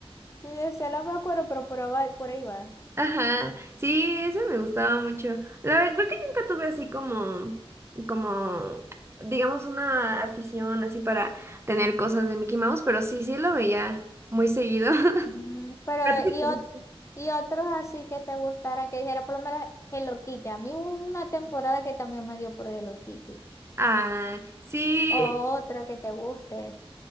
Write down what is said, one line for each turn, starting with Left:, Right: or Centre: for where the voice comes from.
Left: Y decía, no me acuerdo, pero por ahí va. Por ahí va.
Right: Ajá, sí, ese me gustaba mucho. La verdad, creo que nunca tuve así como, como, digamos, una afición así para tener cosas de Mickey Mouse, pero sí, sí lo veía muy seguido. <laughs>
Left: Mm, Pero,
Right: Pero tú sí
Left: y,
Right: tuviste.
Left: ot- y otros así que te gustara, que dijera, por lo menos Hello Kitty. A mí hubo una temporada que también me dio por Hello Kitty.
Right: Ah, sí,
Left: O otro que te guste.